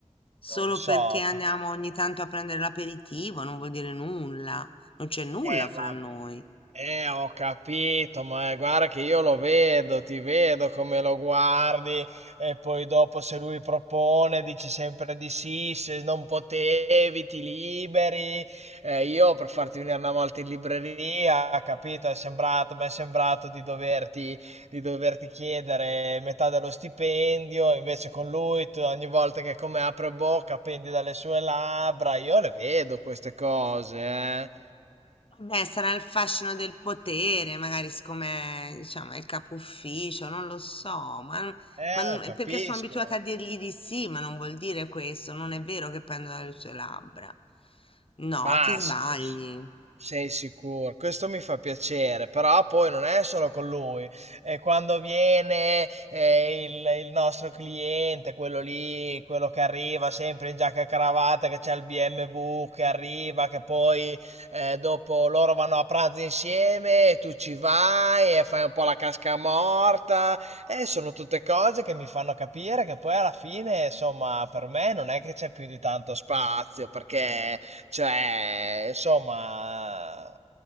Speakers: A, on the left; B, on the right.
A: Solo
B: non lo so,
A: perché andiamo
B: tutta la
A: ogni tanto a prendere l'aperitivo, non vuol dire nulla. Non c'è nulla
B: terra,
A: fra noi.
B: Eh, ho capito, ma eh, guarda che io lo vedo, ti vedo come lo guardi e poi dopo se lui propone dici sempre di sì, se non potevi ti liberi. Eh, io per farti venire una volta in libreria, capito, è sembrato, mi è sembrato di doverti, di doverti chiedere metà dello stipendio, invece con lui tu ogni volta che come apre bocca pendi dalle sue labbra, io le vedo queste cose, eh.
A: Beh, sarà il fascino del potere, magari siccome, diciamo, è il capo ufficio, non lo so, ma, n-
B: Eh,
A: ma n-
B: capisco.
A: perché sono abituata a dirgli di sì, ma non vuol dire questo, non è vero che prendo dalle sue labbra. No,
B: Ma
A: ti sbagli.
B: sic- sei sicuro? Questo mi fa piacere, però poi non è solo con lui. E quando viene eh, il, il nostro cliente, quello lì, quello che arriva sempre in giacca e cravatta, che c'è il BMW che arriva, che poi eh, dopo loro vanno a pranzo insieme e tu ci vai e fai un po' la casca morta. Eh, sono tutte cose che mi fanno capire che poi alla fine, insomma, per me non è che c'è più di tanto spazio, perché cioè, insomma,